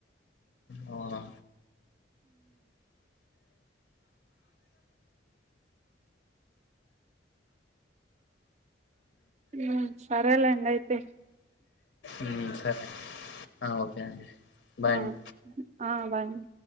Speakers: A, on the left; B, on the right.
A: అవున
B: ఉ సరే లేండి అయితే
A: ఉ సరే ఆ ఓకే అండి బాయ్
B: ఆ
A: అండి
B: ఆ బాయ్ అండి